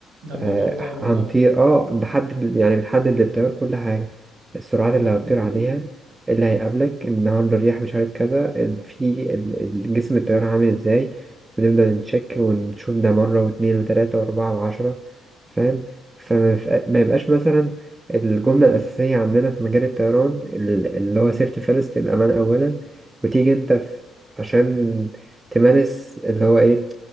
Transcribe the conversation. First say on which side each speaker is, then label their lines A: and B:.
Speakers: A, on the right; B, on the right.
A: ده
B: آه،
A: موضوع ده
B: هنطير
A: والله
B: اه بحدد يعني بنحدد للطيار كل حاجة السرعات
A: اه
B: اللي هتطير عليها اللي هيقابلك النهاردة الرياح مش عارف كذا ال- في ال- ال- جسم الطيارة عامل ازاي بنفضل نتشك ونشوف ده مرة واتنين وتلاتة وأربعة وعشرة فاهم فما يف- ما يبقاش مثلا الجملة الأساسية عندنا في مجال الطيران ال- اللي هو سيفتي فيرست الأمان أولا وتيجي أنت في عشان تمارس اللي هو إيه